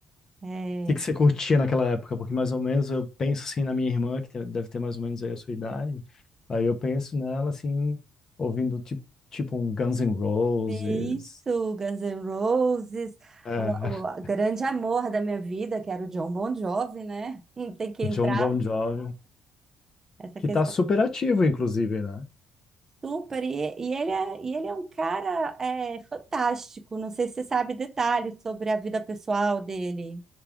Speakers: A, on the right; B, on the left.
A: É,
B: que que você curtia naquela época? Porque mais ou menos eu penso assim na minha irmã, que te- deve ter mais ou menos aí a sua idade. Aí eu penso nela assim, ouvindo tipo, tipo um Guns N' Roses,
A: isso, Guns N' Roses,
B: é,
A: o,
B: <laughs>
A: o grande amor da minha vida, que era o John Bon Jovi, né? Não Tem que
B: John
A: entrar
B: Bon Jovi,
A: essa
B: que
A: questão
B: tá super ativo, inclusive, né?
A: super. E, e ele é, e ele é um cara é, fantástico. Não sei se você sabe detalhes sobre a vida pessoal dele.